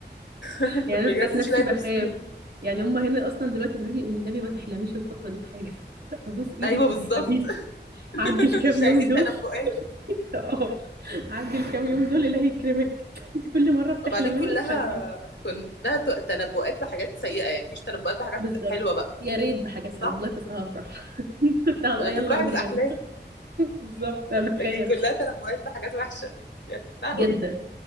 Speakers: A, on the left; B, on the right.
A: <laughs>
B: <laughs> يعني
A: بجد
B: انا ذات نفسي
A: مش لاقي
B: بخاف
A: تفسير
B: يعني هم هنا اصلا دلوقتي بيقولوا لي والنبي ما تحلميش الفتره دي بحاجه <laughs> ابوس ايدك
A: ايوه
B: ما
A: بالظبط
B: تحلميش عدي
A: <laughs>
B: الكام
A: مش عايزين
B: يوم دول
A: تنبؤات
B: <laughs> اه عدي الكام يوم دول الله يكرمك <laughs> انت كل مره بتحلمي
A: وبعدين كلها
B: لنا مش عارفين
A: كلها ت- تنبؤات بحاجات سيئة يعني مفيش تنبؤات بحاجات
B: بالظبط
A: حلوة بقى
B: يا ريت بحاجات
A: صح؟
B: حلوه والله كنت هفرح <laughs> كنت هبقى
A: بدها
B: يلا
A: تفرحي
B: ننام
A: بالأحلام
B: <laughs> بالظبط انا بخاف
A: لكن كلها تنبؤات بحاجات وحشة يا لهوي
B: جدا